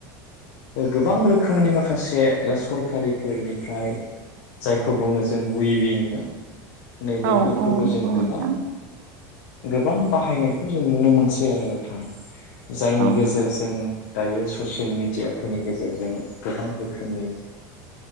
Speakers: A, on the left; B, on the right.
A: गोबां रोखोमनि माखासे सरकारनि सरखारिफोरनिफ्राय जायखौ बुङो जों उइभिं ना नैबेफोरखौबो
B: औ नंगौ
A: जों गोबां
B: नोंथां
A: गोबां बाहायनायखौ जों नुनो मोनसै आरो नोंथां जायनि
B: औ
A: गेजेरजों दायो ससियेल मेडियाफोरनि गेजेरजों गोबां रोखोमनि